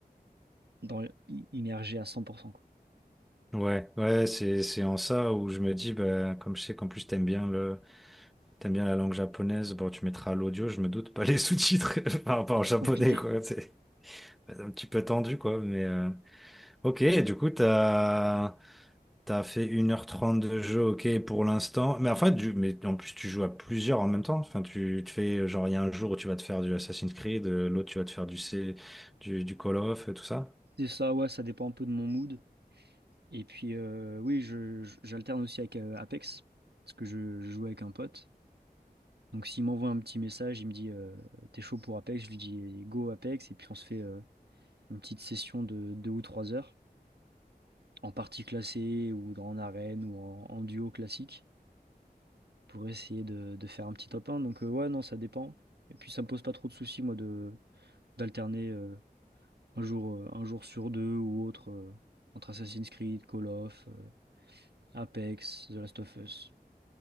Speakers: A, on the right; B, in the centre.
A: dans, i- immergé à 100%, quoi.
B: Ouais, ouais, c'est, c'est en ça où je me dis, bah, comme je sais qu'en plus t'aimes bien le, t'aimes bien la langue japonaise, bon, tu mettras l'audio, je me doute, pas les sous-titres <laughs> par rapport au japonais,
A: Compliqué.
B: quoi. Un petit peu tendu, quoi. Mais euh, ok, et du coup, t'as as fait une heure trente de jeu, ok, pour l'instant. Mais enfin, du... mais en plus, tu joues à plusieurs en même temps. Enfin, tu te fais, euh, genre, il y a un jour où tu vas te faire du Assassin's Creed, euh, l'autre, tu vas te faire du, C... du... du Call of, et tout ça.
A: C'est ça, ouais, ça dépend un peu de mon mood. Et puis, euh, oui, je, je- j'alterne aussi avec euh, Apex, parce que je, je joue avec un pote. Donc s'il m'envoie un petit message, il me dit euh, t'es chaud pour Apex, je lui dis go Apex et puis on se fait euh, une petite session de deux ou trois heures en partie classée ou dans- en arène ou en, en duo classique pour essayer de, de faire un petit top un. Donc euh, ouais non ça dépend. Et puis ça me pose pas trop de soucis moi de d'alterner euh, un jour euh, un jour sur deux ou autre euh, entre Assassin's Creed, Call of, euh, Apex, The Last of Us.